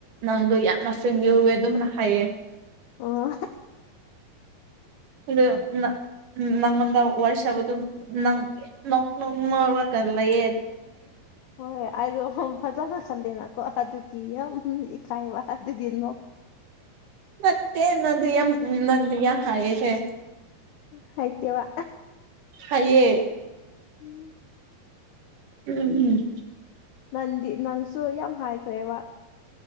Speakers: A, on the right; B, on the left.
A: ꯅꯪꯗꯣ ꯌꯥꯝꯅ ꯃꯁꯤꯡꯕꯤꯎꯨꯋꯦ ꯑꯗꯨꯝꯅ ꯍꯥꯏꯌꯦ
B: ꯑꯣ
A: ꯑꯗꯨꯗ ꯅꯪꯗ ꯋꯥꯔꯁꯕꯗ ꯅꯪ ꯅ ꯅꯪꯣꯕꯂ ꯌꯦ
B: ꯍꯣꯏ ꯑꯩꯗꯣ ꯐꯖꯅ ꯈꯟꯗꯦꯅꯀꯣ ꯑꯗꯨ ꯀ ꯌꯥꯝ ꯏꯈꯥꯏꯕ ꯑꯗꯨꯒꯤꯅꯣ
A: ꯃꯦ ꯅꯪꯗꯨ ꯌꯥꯝ ꯅ ꯌꯥꯝ ꯍꯥꯏꯑꯦ ꯍꯦ
B: ꯍꯥꯏꯥꯏꯇꯦ ꯋꯥ
A: ꯍꯥꯏꯌꯦ
B: ꯎꯝ <inaudible>
A: ꯎꯝ ꯎꯝ
B: ꯅꯪꯗꯤ ꯅꯪꯁꯨ ꯌꯥꯝ ꯍꯥꯏ ꯀꯦ ꯋꯥ